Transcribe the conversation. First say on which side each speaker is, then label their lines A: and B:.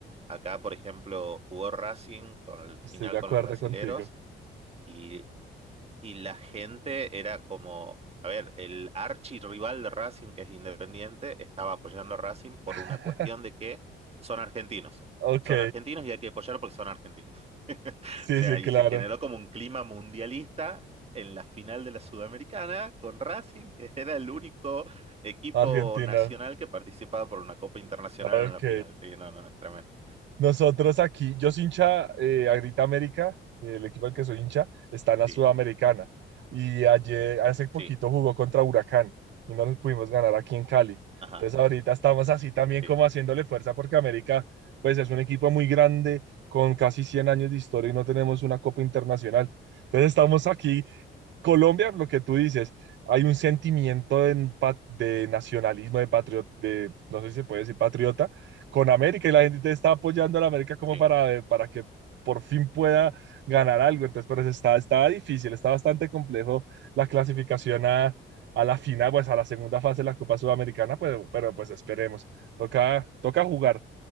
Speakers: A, on the right; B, on the right.
A: acá, por ejemplo, jugó Racing con el final
B: estoy de
A: con
B: acuerdo
A: los brasileros
B: contigo.
A: y, y la gente era como, a ver, el archirrival de Racing, que es Independiente, estaba apoyando a Racing por
B: <laughs>
A: una cuestión de que son argentinos.
B: Ok,
A: Son argentinos y hay que apoyar porque son argentinos. O
B: sí,
A: sea,
B: sí,
A: y
B: claro.
A: se generó como un clima mundialista en la final de la Sudamericana con Racing, que era el único equipo
B: Argentina.
A: nacional que participaba por una Copa Internacional
B: Ah, Ok.
A: en la final. Sí, no, no, es tremendo.
B: Nosotros aquí, yo soy hincha eh, a Grita América, el equipo al que soy hincha, está en la
A: Sí,
B: Sudamericana. Y ayer, hace poquito
A: sí,
B: jugó contra Huracán y no les pudimos ganar aquí en Cali.
A: ajá,
B: Entonces ahorita estamos así también
A: sí,
B: como haciéndole fuerza porque América, pues es un equipo muy grande con casi 100 años de historia y no tenemos una copa internacional. Entonces estamos aquí Colombia, lo que tú dices, hay un sentimiento de, empa- de nacionalismo, de patriota, de, no sé si se puede decir patriota, con América y la gente está apoyando a la América como
A: sí.
B: para, eh, para que por fin pueda ganar algo. Entonces, pero eso está, estaba difícil, está bastante complejo la clasificación a, a la final, pues a la segunda fase de la Copa Sudamericana, pues, pero pues esperemos. Toca, toca jugar